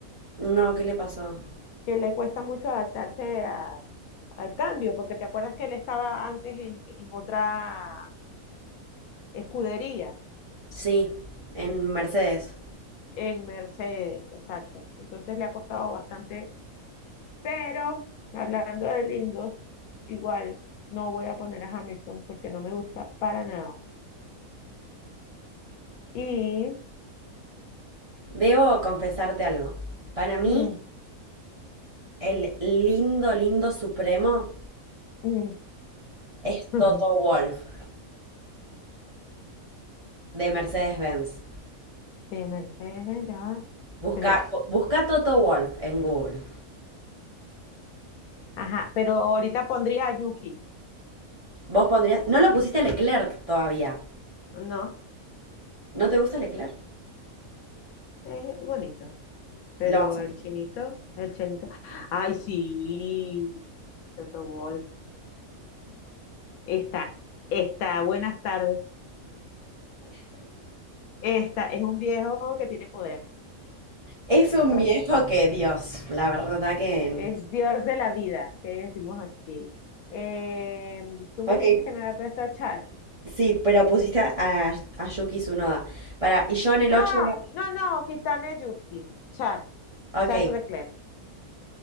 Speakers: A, on the right; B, on the left.
A: No, ¿qué le pasó?
B: que le cuesta mucho adaptarse a- al cambio, porque te acuerdas que él estaba antes en, en otra escudería,
A: Sí, en Mercedes.
B: en Mercedes, exacto. Entonces le ha costado bastante Pero hablando de lindos, igual no voy a poner a Hamilton porque no me gusta para nada. Y
A: Debo confesarte algo. Para
B: mm,
A: mí, el lindo, lindo supremo
B: mm,
A: es
B: <laughs>
A: Toto Wolff de Mercedes-Benz.
B: de Mercedes ya,
A: Busca,
B: pero
A: bu- busca Toto Wolf en Google.
B: ajá, pero ahorita pondría a Yuki.
A: Vos pondrías. No lo pusiste a Leclerc todavía.
B: No,
A: ¿No te gusta Leclerc?
B: es bonito, pero
A: Lo vas a-
B: el chinito, el chinito. Ay, sí, Toto Wolff. Está, está, buenas tardes. Esta es un viejo que tiene poder.
A: Es un
B: <laughs>
A: viejo que, Dios, la verdad que.
B: Es Dios de la vida, que decimos aquí. Eh, tú me
A: Ok,
B: dijiste que no había puesto a Charles.
A: sí, pero pusiste a, a, a Yuki Tsunoda. Para, y yo en el
B: No,
A: ocho. voy
B: no, no, quítame a Yuki. Charles,
A: a. Ok,
B: Charles Leclerc.